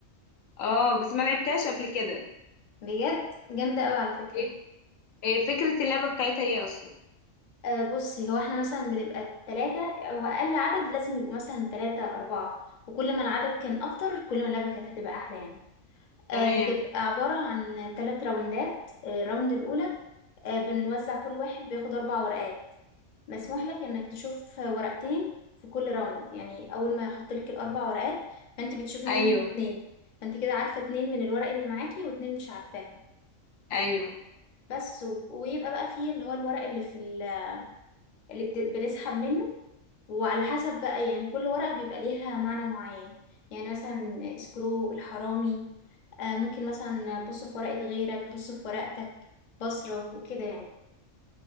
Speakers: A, on the left (about 80°); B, on the left (about 50°).
A: اه بس ما لعبتهاش قبل كده
B: بجد جامدة قوي على فكرة
A: ايه هي فكرة اللعبة بتاعتها ايه اصلا
B: أه بصي هو احنا مثلا بنبقى ثلاثة او اقل عدد لازم يبقوا مثلا ثلاثة اربعة وكل ما العدد كان اكتر كل ما اللعبة كانت هتبقى احلى يعني آه،
A: تمام
B: بتبقى عبارة عن ثلاث راوندات آه، الراوند الأولى آه، بنوزع كل واحد بياخد أربع ورقات مسموح لك إنك تشوف ورقتين في كل راوند يعني أول ما يحط لك الأربع ورقات فأنت بتشوفي منهم
A: ايوه
B: اتنين فأنت كده عارفة اتنين من الورق اللي معاكي واتنين مش عارفاهم
A: ايوه
B: بس و- ويبقى بقى فيه اللي هو الورق اللي في ال... اللي بت... بنسحب منه وعلى حسب بقى يعني كل ورقة بيبقى ليها معنى معين يعني مثلا سكرو الحرامي آه ممكن مثلا بص في ورقة غيرك بص في ورقتك بصرة وكده يعني